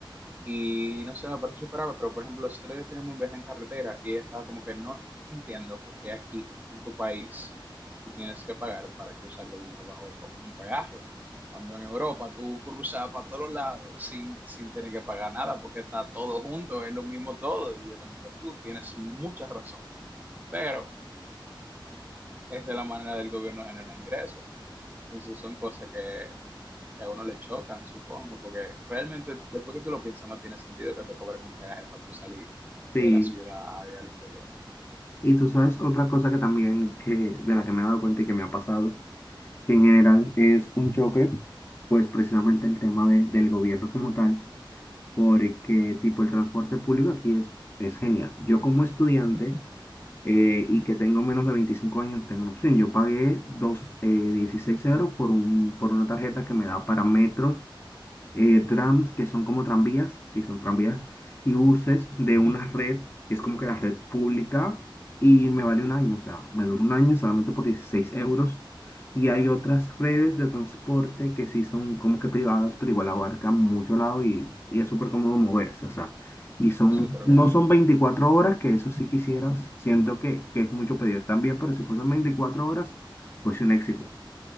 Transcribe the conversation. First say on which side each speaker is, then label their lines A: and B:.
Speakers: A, on the right; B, on the left.
A: Y no sé, me parece superable, pero por ejemplo, nosotros ya tenemos un viaje en carretera y ella estaba como que no entiendo por qué aquí en tu país tú tienes que pagar para cruzar de un lado a otro un peaje. Cuando en Europa tú cruzas para todos lados sin, sin tener que pagar nada porque está todo junto, es lo mismo todo. Y yo como que tú tienes mucha razón, pero esa es la manera del gobierno generar ingresos. Entonces son cosas que que a uno le chocan, supongo, porque realmente después que tú lo piensas no tiene sentido que te cobren un peaje para tú salir
B: Sí.
A: de la ciudad ahí al interior.
B: Y tú sabes, otra cosa que también que, de la que me he dado cuenta y que me ha pasado, que en general es un choque, pues precisamente el tema de- del gobierno como tal, porque tipo el transporte público aquí es, es genial. Yo como estudiante eh, y que tengo menos de 25 años, tengo una opción. Yo pagué dos, eh, 16 euros por, un, por una tarjeta que me da para metro eh, trams, que son como tranvías, sí, son tranvías, y buses de una red, que es como que la red pública, y me vale un año, o sea, me dura un año solamente por 16 euros. Y hay otras redes de transporte que sí son como que privadas, pero igual abarcan mucho lado y, y es súper cómodo moverse, o sea, y
A: Está
B: son,
A: súper
B: no
A: bien.
B: son 24 horas, que eso sí quisieras, siento que, que es mucho pedir también, pero si fuesen 24 horas, fuese un éxito.